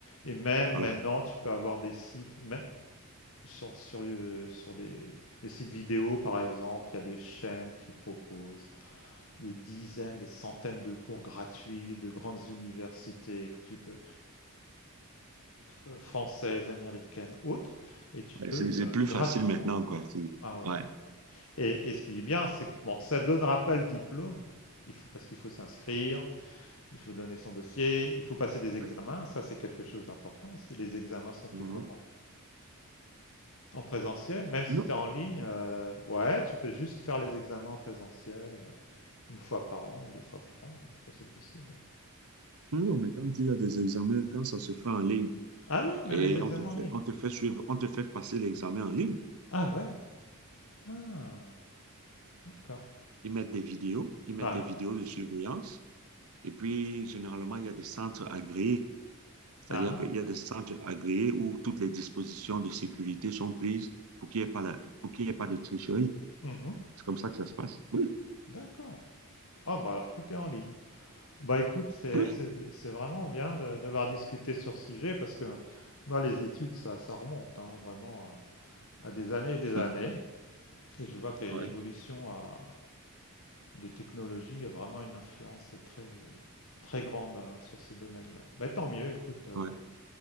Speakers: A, on the left (about 65°); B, on the right (about 80°).
A: Et, et même
B: voilà.
A: maintenant, tu peux avoir des sites. sur, sur, euh, sur des, des sites vidéo, par exemple, il y a des chaînes qui proposent des dizaines, des centaines de cours gratuits de grandes universités que tu peux, euh, françaises, américaines, autres, et tu peux
B: Ouais, C'est
A: euh,
B: c'est plus
A: gratuitement.
B: facile maintenant, quoi. C'est-
A: Ah ouais.
B: Ouais.
A: Et, et ce qui est bien, c'est que bon, ça ne donnera pas le diplôme, il faut, parce qu'il faut s'inscrire, il faut donner son dossier, il faut passer des examens.
B: Ouais.
A: Ça, c'est quelque chose d'important. Si les examens sont faits
B: Ouais.
A: comment? En présentiel, même si
B: Non,
A: tu es en ligne, euh, ouais, tu peux juste faire les examens en présentiel euh, une fois par an, deux fois par an, ouais, ça c'est possible.
B: non, mais quand il y a des examens, quand ça se fait en ligne
A: Ah oui, même
B: et
A: les examens
B: on te
A: en
B: fait,
A: ligne.
B: on te fait suivre, on te fait passer l'examen en ligne.
A: Ah ouais, ah, d'accord.
B: Ils mettent des vidéos, ils mettent
A: Ouais,
B: des vidéos de surveillance. Et puis, généralement, il y a des centres agréés. C'est-à-dire
A: ah, ah,
B: qu'il y a des centres agréés où toutes les dispositions de sécurité sont prises pour qu'il n'y ait pas la, pour qu'il y ait pas de tricherie.
A: mhm,
B: C'est comme ça que ça se passe. Oui,
A: d'accord. Ah bah alors tout est en ligne. Bah écoute, c'est
B: oui.
A: c'est- c'est vraiment bien de- d'avoir discuté sur ce sujet parce que moi les études, ça, ça remonte hein, vraiment à, à des années et des
B: <laughs>
A: années. Et je vois que les-
B: Ouais,
A: l'évolution a, des technologies a vraiment une influence très, très grande hein, sur ce domaine-là. Bah, tant mieux, écoute. euh,
B: ouais.